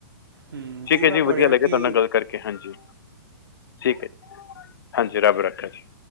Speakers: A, on the right; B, on the left.
A: ਹੂੰ
B: ਠੀਕ ਹੈ
A: ਮੈਂ
B: ਜੀ
A: ਪੜ੍ਹਿਆ
B: ਵਧੀਆ ਲੱਗਿਆ
A: ਕਿ
B: ਤੁਹਾਡੇ ਨਾਲ ਗੱਲ ਕਰਕੇ ਹਾਂਜੀ ਠੀਕ ਹੈ ਜੀ। ਹਾਂਜੀ, ਰੱਬ ਰਾਖਾ ਜੀ।